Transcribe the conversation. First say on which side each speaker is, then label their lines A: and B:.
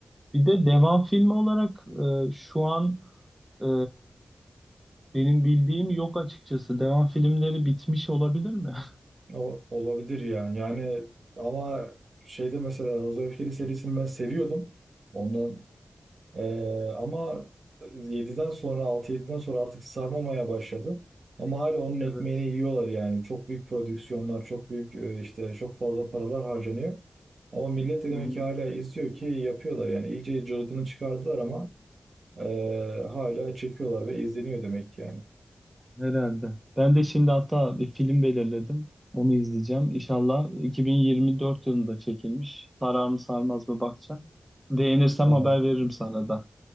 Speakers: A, on the right (about 20°); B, on the right (about 75°).
A: Bir de devam filmi olarak e, şu an e, benim bildiğim yok açıkçası. Devam filmleri bitmiş olabilir mi? <laughs>
B: O, olabilir yani. Yani ama şeyde mesela Hızlı ve Öfkeli serisini ben seviyordum. Ondan eee, ama yediden sonra altı yediden sonra artık sarmamaya başladı. Ama hala onun ekmeğini
A: Evet.
B: yiyorlar yani. Çok büyük prodüksiyonlar, çok büyük e, işte çok fazla paralar harcanıyor. Ama millet de demek
A: Hı hı.
B: ki hala izliyor ki yapıyorlar yani. İyice cılkını çıkardılar ama Ee, hala çekiyorlar ve izleniyor demek ki yani.
A: Herhalde. Ben de şimdi hatta bir film belirledim. Onu izleyeceğim. İnşallah 2024 yılında çekilmiş. Sarar mı sarmaz mı bakacağım. Beğenirsem
B: Tamam.
A: haber veririm sana da.